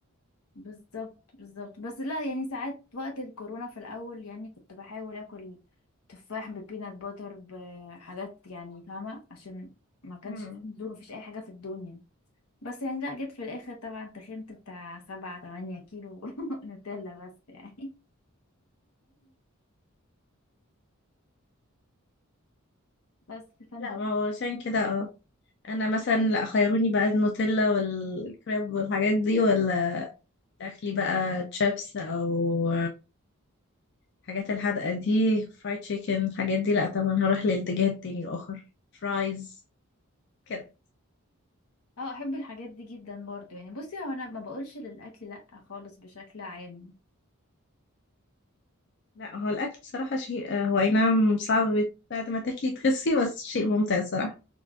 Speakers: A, on the left; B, on the left.
A: بالظبط بالظبط بس لا يعني ساعات وقت الكورونا في الأول يعني كنت بحاول آكل تفاح ببينات باتر بحاجات يعني فاهمة عشان ما كانش
B: مم.
A: في نزول ومفيش أي حاجة في الدنيا بس يعني لا جيت في الآخر طبعا تخنت بتاع سبعة تمانية كيلو <laughs> نوتيلا بس يعني بس فانت
B: لا ما هو عشان كده اه انا مثلا لا خيروني بقى النوتيلا والكريب والحاجات دي ولا اخلي بقى تشيبس او الحاجات الحادقه دي فرايد تشيكن الحاجات دي لا طبعا هروح للاتجاه التاني الاخر فرايز كده
A: اه احب الحاجات دي جدا برضو يعني بصي هو انا ما بقولش للاكل لا خالص بشكل عام
B: لا هو الاكل بصراحه شيء آه، هو اي نعم صعب بت- بعد ما تاكلي تخسي بس شيء ممتع صراحه